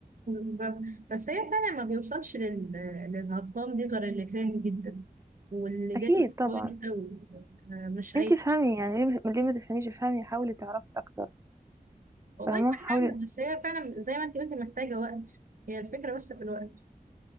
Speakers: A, on the right; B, on the right.
A: بالظبط بس هي فعلا ما بيوصلش لل... للهضام دي غير اللي فاهم جدا واللي دارس
B: اكيد طبعا
A: كويس قوي آه، مش اي
B: انتي افهمي
A: حد
B: يعني ليه ليه ما تفهميش افهمي حاولي تعرفي اكتر
A: والله
B: فاهمة
A: بحاول
B: حاولي
A: بس هي فعلا زي ما انت قلتي محتاجة وقت هي الفكرة بس في الوقت